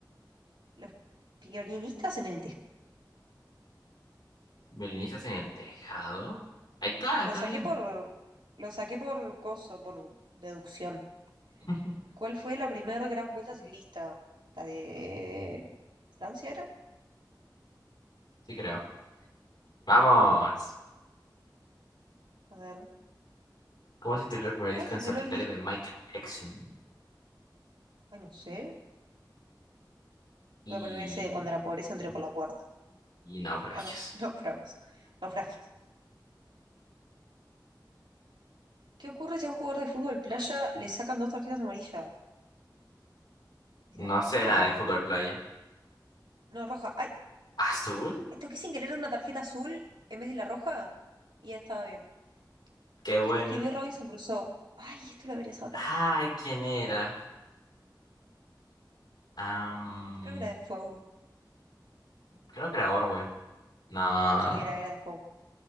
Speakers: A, on the right (about 85°); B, on the left (about 70°).
A: Los violinistas en el tejado.
B: ¿Belinicias en el tejado? Ahí está,
A: Lo
B: está
A: saqué
B: bien.
A: por. Lo saqué por coso, por deducción.
B: <laughs>
A: ¿Cuál fue la primera gran vuelta ciclista? ¿La de Francia era?
B: Sí creo. Vamos.
A: A ver.
B: ¿Cómo se titula el primer
A: ¿Cómo
B: disco
A: se
B: en
A: tituló
B: solitario
A: el disco?
B: de Michael Jackson?
A: Ay, no sé.
B: Y...
A: Voy a poner ese de cuando la pobreza entró por la puerta.
B: y naufragios.
A: Ah, no, <laughs> naufragos. Naufragios. ¿Qué ocurre si a un jugador de fútbol playa le sacan dos tarjetas amarillas? ¿Y será como
B: No
A: el
B: sé
A: fútbol?
B: nada de fútbol playa.
A: No, roja. ¡Ay!
B: ¿Azul?
A: Ay, Toqué sin querer una tarjeta azul en vez de la roja y ya estaba bien.
B: Qué buena.
A: ¿Quién escribió Robinson Crusoe? ¡Ay! Esto lo debería saber.
B: Ay, ¿quién era? Am,
A: Creo que era Defoe.
B: creo que era Orwell. No.
A: Sí, era, era Defoe.